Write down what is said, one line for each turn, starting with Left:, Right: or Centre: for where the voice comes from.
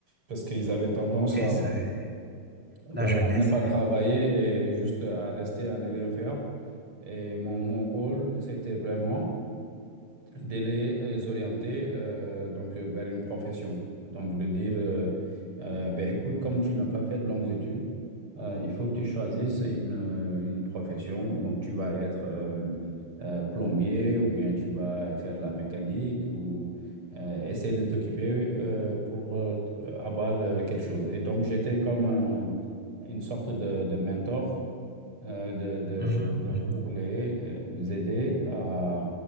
Right: Parce qu'ils avaient tendance
Centre: Oui,
Right: à,
Centre: c'est
Right: voilà,
Centre: la jeunesse.
Right: à ne pas travailler et juste à rester, à ne rien faire. Et mon, mon rôle, c'était vraiment de les euh, orienter euh, donc euh, vers une profession. Donc de dire, euh, euh, ben, écoute, comme tu n'as pas fait de longues études, euh, il faut que tu choisisses une, euh, une profession. Donc tu vas être euh, euh, plombier ou bien tu vas faire de la mécanique ou euh, essayer de t'occuper euh, pour euh, t- avoir euh, quelque chose. Et donc j'étais comme un- une sorte de, de mentor euh, de, de-
Centre: Mhm, mhm.
Right: donc pour les euh, les aider à